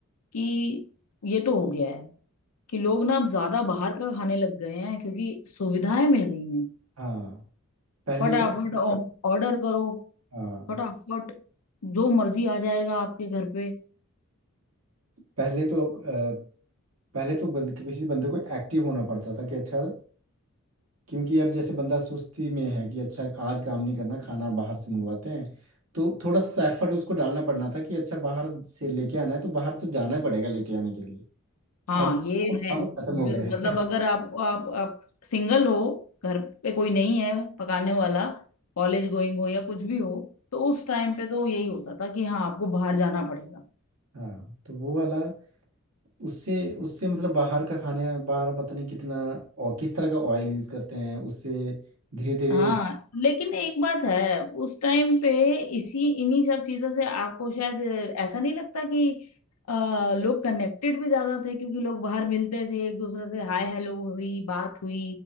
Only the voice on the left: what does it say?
कि ये तो हो गया है कि लोग ना अब ज्यादा बाहर का खाने लग गए हैं क्योंकि सुविधाएं मिल गई हैं
फटाफट
ऑर्डर करो
फटाफट जो मर्जी आ जाएगा आपके घर पे
हाँ
ये
है सुबह
मतलब
अगर
आप आप आप सिंगल हो घर पे कोई नहीं है पकाने वाला कॉलेज गोइंग हो या कुछ भी हो तो उस टाइम पे तो यही होता था कि हाँ आपको बाहर जाना पड़ेगा
हाँ लेकिन एक बात है उस टाइम पे इसी इन्हीं सब चीजों से आपको शायद ऐसा नहीं लगता कि आ, लोग कनेक्टेड भी ज्यादा थे क्योंकि लोग बाहर मिलते थे एक दूसरे से हाय हेलो हुई बात हुई